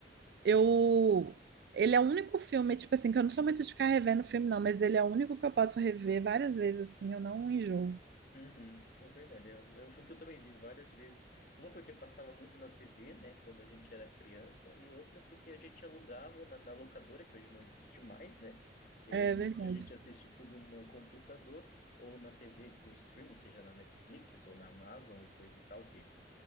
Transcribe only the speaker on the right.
Eu. Ele é o único filme, tipo assim, que eu não sou muito de ficar revendo filme, não, mas ele é o único que eu posso rever várias vezes, assim, eu não enjoo.
É
verdade.